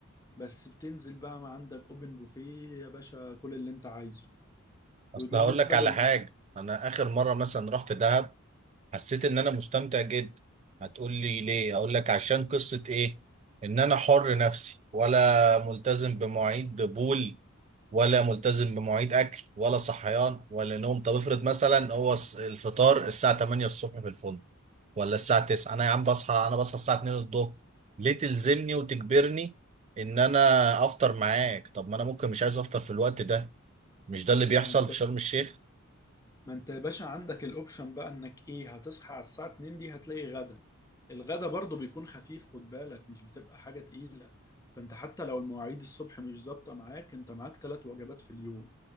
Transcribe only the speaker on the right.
اصل
هقول لك على
حاجه انا اخر مره مثلا رحت دهب حسيت ان انا مستمتع جدا هتقول لي ليه اقول لك عشان قصه ايه ان انا حر نفسي ولا ملتزم بمواعيد بول ولا ملتزم بمواعيد اكل ولا صحيان ولا نوم طب افرض مثلا هو الفطار الساعه 8 الصبح في الفندق ولا الساعة 9 انا يا عم بصحى انا بصحى الساعة 2 الظهر ليه تلزمني وتجبرني ان انا افطر معاك طب ما انا ممكن مش عايز افطر في الوقت ده مش ده اللي بيحصل
في شرم الشيخ